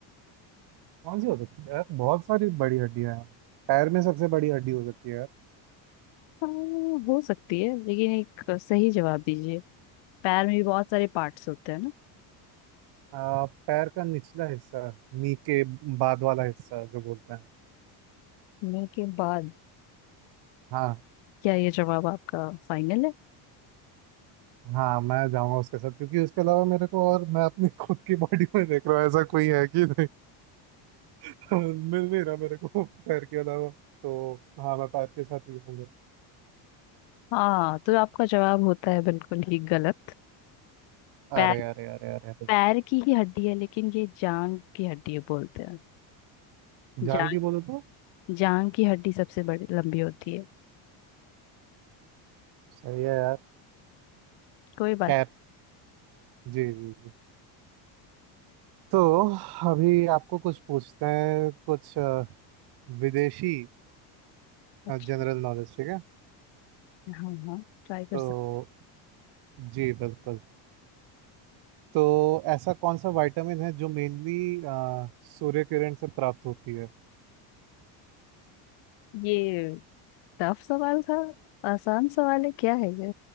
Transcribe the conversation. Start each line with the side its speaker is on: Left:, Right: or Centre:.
Right: कौन सी हो सकती है यार बहुत सारी बड़ी हड्डियां हैं पैर में सबसे बड़ी हड्डी हो सकती है यार
Left: आ, हो सकती है लेकिन एक सही जवाब दीजिए पैर में भी बहुत सारे पार्ट्स होते हैं ना
Right: आ, पैर का निचला हिस्सा नी के बाद वाला हिस्सा जो बोलते हैं
Left: मुंह के बाद
Right: हाँ
Left: क्या ये जवाब आपका फाइनल है
Right: हाँ मैं जाऊंगा उसके साथ क्योंकि उसके अलावा मेरे को और मैं अपनी <laughs> खुद की बॉडी में देख रहा हूँ ऐसा कोई है कि नहीं <laughs> मिल नहीं रहा मेरे को पैर के अलावा तो हाँ मैं पैर के साथ ही जाऊंगा
Left: हाँ तो आपका जवाब होता है बिल्कुल ही गलत पैर
Right: अरे अरे अरे अरे अरे
Left: पैर की ही हड्डी है लेकिन ये जांग की हड्डी है बोलते हैं
Right: जान
Left: जांग
Right: की बोले तो
Left: जांग की हड्डी सबसे बड़ी लंबी होती है
Right: सही है यार
Left: कोई बात
Right: खैर जी जी जी तो अभी आपको कुछ पूछते हैं कुछ अ, विदेशी
Left: अच्छा
Right: जनरल नॉलेज ठीक है
Left: हाँ हाँ ट्राई कर
Right: तो जी बिल्कुल तो ऐसा कौन सा विटामिन है जो मेनली सूर्य किरण से प्राप्त होती है
Left: सकते ये टफ सवाल था आसान सवाल है क्या है ये